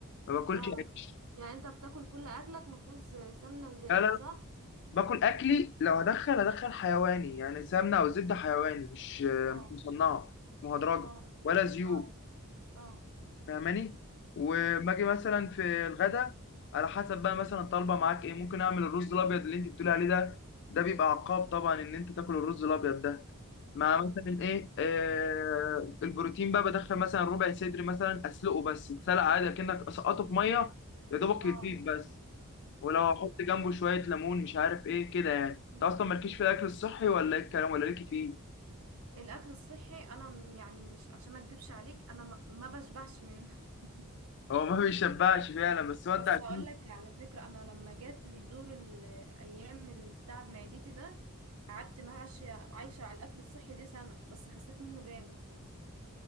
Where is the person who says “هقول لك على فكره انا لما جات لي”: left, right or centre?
Right